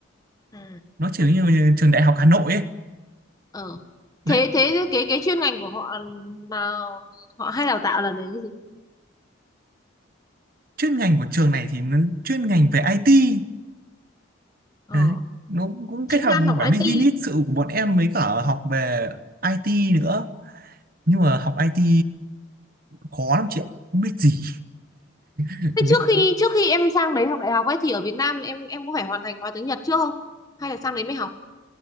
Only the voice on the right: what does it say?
nó chỉ như, như trường đại học Hà Nội ấy
đấy
chuyên ngành của trường này thì nó chuyên ngành về IT
đấy nó cũng
kết hợp
cả business
sự của bọn em mới cả học về IT nữa nhưng mà học IT khó lắm chị ạ không biết gì <laughs>